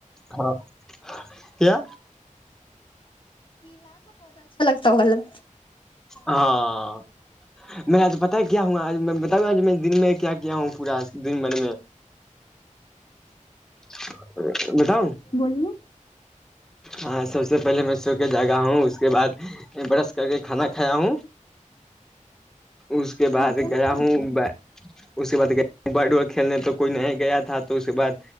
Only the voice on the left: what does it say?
تول
بولیے
ناشتہ نہیں
کرتی
ہیں